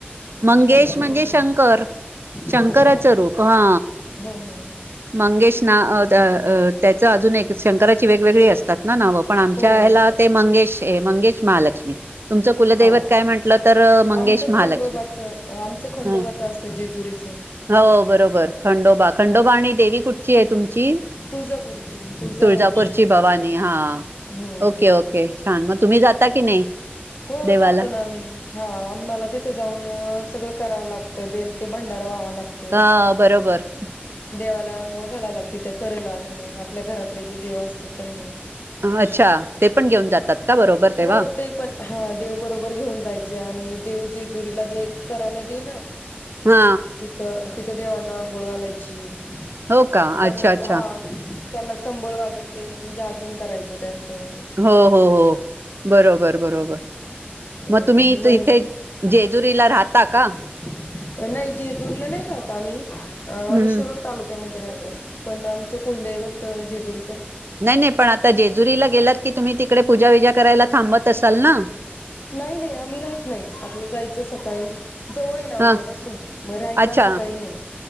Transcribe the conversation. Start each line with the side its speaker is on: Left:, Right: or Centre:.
Right: मंगेश
Left: म्हणता तुम्ही
Right: म्हणजे
Left: ते
Right: शंकर शंकराचं
Left: हो का?
Right: रूप हा
Left: हो हो हो.
Right: मंगेश ना त्याच अजून एक शंकराची वेगवेगळी असतात ना नावं पण आमच्या
Left: हो
Right: ह्याला
Left: हो
Right: ते मंगेश मंगेश महालक्ष्मी. तुमचं कुलदैवत
Left: हा.
Right: काय म्हटलं तर मंगेश
Left: आमचं
Right: महालक्ष्मी.
Left: खंडोबाचं आमचं खंडोबाचं
Right: ह
Left: असतं जेजुरीचं
Right: हो बरोबर खंडोबा खंडोबा
Left: हा.
Right: आणि देवी कुठंची आहे तुमची
Left: तुळजापूरची तुळजाभवानी
Right: तुळजापूरची भवानी हा
Left: हम्म.
Right: ओके ओके छान मग तुम्ही जाता की नाही?
Left: हो
Right: देवाला
Left: जातो ना आम्ही हा आम्हाला देतो जाऊन सगळं करावं लागतं बेल ते भांडारा व्हावं लागतं
Right: हा बरोबर
Left: देवाला आंघोळ घालाव लागते त्या करला नेऊन आपल्या घरातले जे देव असतात त्यांना
Right: अच्छा ते पण घेऊन जातात का बरोबर तेव्हा
Left: हो ते पण हा देव बरोबर घेऊन जायचे आणि देव जेजुरीला जे करा नदी हाय ना
Right: हा
Left: तिथं तिथं देवांना आंघोळ घालायची त्यांना
Right: हो का अच्छा अच्छा
Left: हा त्यांना संबळ वाजून ते जागरण करायचं त्यांचं
Right: हो हो हो बरोबर बरोबर मग
Left: आणि
Right: तुम्ही इथे
Left: मन
Right: जेजुरीला राहता का?
Left: <inaudible> नाही जेजूरीला नाही राहत आम्ही आम्ही
Right: हम्म
Left: शिरूड, तालुक्यामध्ये राहतो पण आमच कुलदैवत जेजुरी.
Right: नाही नाही पण आता जेजुरीला गेलात की, तुम्ही तिकडे पूजा विजा करायला थांबत असाल ना.
Left: नाही नाही आम्ही राहत नाही आपलं जायचं सकाळी जवळ हाय ना आमच्या
Right: हा
Left: पाासून मग राहायचं
Right: अच्छा
Left: असं काही नाही